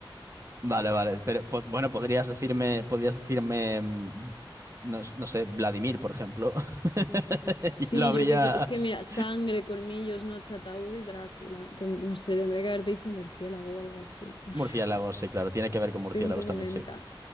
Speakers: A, on the right; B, on the left.
A: vale, vale. Pero po- bueno, podrías decirme, podrías decirme, mm, no, no sé, Vladimir, por ejemplo. <laughs>
B: Sí,
A: Y lo habrías...
B: yo qué sé. Es que mira, sangre, colmillos, noche, ataúd y Drácula. Ten- no sé, tendría que haber dicho murciélago o algo así. <laughs>
A: Murciélagos, sí, claro. Tiene que ver con
B: Estoy
A: murciélagos
B: un poco
A: también,
B: lenta.
A: sí.